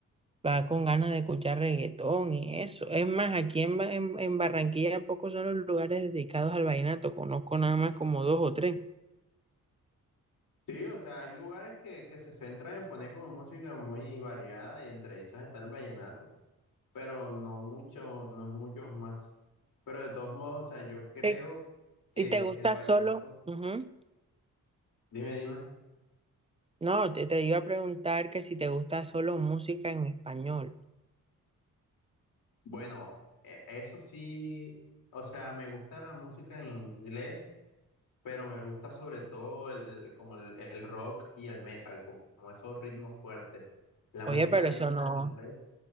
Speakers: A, on the right; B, on the left.
A: va con ganas de escuchar reggaetón y eso. Es más, aquí en, Ba- en, en Barranquilla pocos son los lugares dedicados al vallenato, conozco nada más como dos o tres.
B: Sí, o sea, hay lugares que, que se centran en poner como música muy variada y entre esas está el vallenato, pero no muchos, no muchos más. Pero de todos modos, o sea, yo creo
A: Eh,
B: que
A: ¿Y te gusta
B: el vallenato,
A: solo? Ujú.
B: dime, dime.
A: No, te, te iba a preguntar que si te gusta solo música en español.
B: Bueno, e- eso sí, o sea, me gusta la música en inglés, pero me gusta sobre todo el, como el, el rock y el metal, como, como esos ritmos fuertes. La
A: Oye,
B: música
A: pero
B: lenta
A: eso no,
B: en inglés.